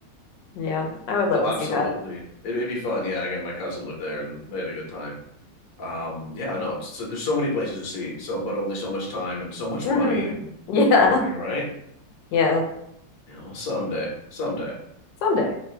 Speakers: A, on the left; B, on the left.
A: Yeah, I would
B: No,
A: love to
B: absolutely.
A: see that.
B: It, it'd be fun. Yeah, again, my cousin lived there and they had a good time. Um, yeah, no, it's, so there's so many places to see, so but only so much time and so much
A: hmm
B: money and
A: <laughs> Yeah.
B: everything, right?
A: Yeah.
B: You know, someday, someday.
A: Someday.